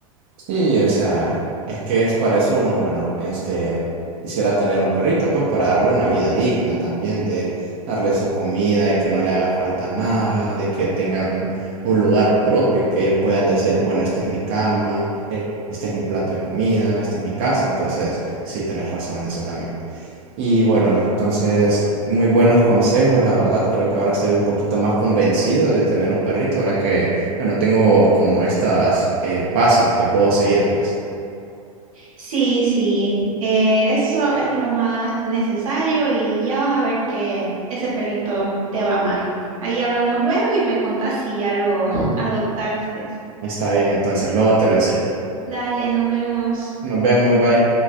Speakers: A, on the right; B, on the right.
A: Sí, o sea, es que es para eso uno, bueno, este, quisiera tener un perrito pues para darle una vida digna también, de darle su comida, de que no le haga falta nada, de que tengan un lugar propio, que ellos puedan decir, bueno, esta es mi cama, este es mi plato de comida, esta es mi casa, entonces sí, tenés razón en eso también. Y bueno, entonces, muy buenos consejos, la verdad. Creo que ahora estoy un poquito más convencido de tener un perrito, ahora que, bueno, tengo como estos pasos que puedo seguir, pues.
B: Sí, sí, eh, eso es lo más necesario y ya vas a ver que ese perrito te va a amar. Ahí hablamos luego y me contás si ya lo <laughs> adoptaste.
A: Está bien, entonces luego te lo enseño.
B: Dale, nos vemos.
A: Nos vemos, bye.